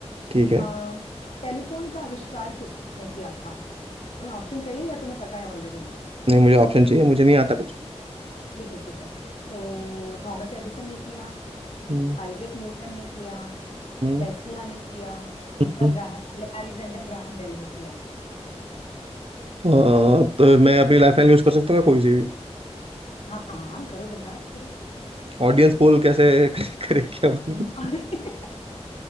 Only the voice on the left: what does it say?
अम, टेलीफोन का आविष्कार किसने किया था तुम्हें ऑप्शन चाहिए या तुम्हें पता है ऑलरेडी
ठीक है ठीक है तो थॉमस एडिसन ने किया
आइजैक न्यूटन ने किया
टेस्ला ने किया
या ग्राहम अलेक्जेंडर ग्राहम बेल ने किया
हाँ हाँ हाँ, करो बिंदास करो
<laughs> अरे